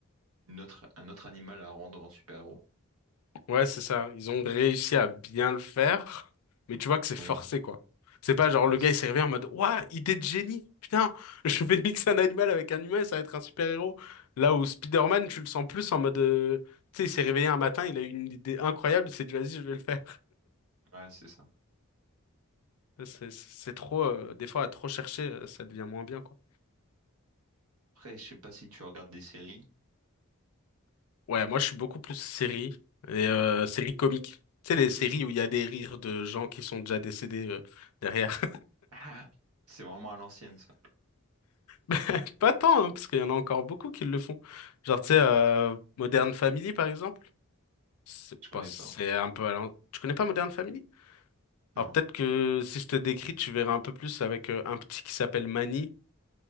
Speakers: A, on the right; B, on the left.
A: une autre- un autre animal à rendre en super-héros.
B: Ouais, c'est ça. Ils ont réussi à bien le faire, mais tu vois que c'est
A: Oui,
B: forcé, quoi. C'est pas genre
A: ouais,
B: le
A: c'est
B: gars il s'est réveillé en mode Ouah, idée de génie! Putain, <laughs> je vais mixer un animal avec un humain, ça va être un super-héros. Là où Spider-Man, tu le sens plus en mode euh, Tu sais, il s'est réveillé un matin, il a eu une idée incroyable, il s'est dit Vas-y, je vais le faire.
A: ouais, c'est ça.
B: C'est c'est trop, euh, des fois à trop chercher, euh, ça devient moins bien, quoi.
A: Après, je sais pas si tu regardes des séries.
B: Ouais, moi je suis beaucoup plus série et euh, série comique. Tu sais, les séries où il y a des rires de gens qui sont déjà décédés euh, derrière
A: Ah, c'est vraiment à l'ancienne, ça.
B: <laughs> Pas tant, hein, parce qu'il y en a encore beaucoup qui le font. Genre, tu sais, euh, Modern Family, par exemple, c'est
A: Je connais
B: pas, c'est
A: pas.
B: un peu à l'an- Tu connais pas Modern Family?
A: Non.
B: Alors, peut-être que si je te décris, tu verras un peu plus avec euh, un petit qui s'appelle Manny.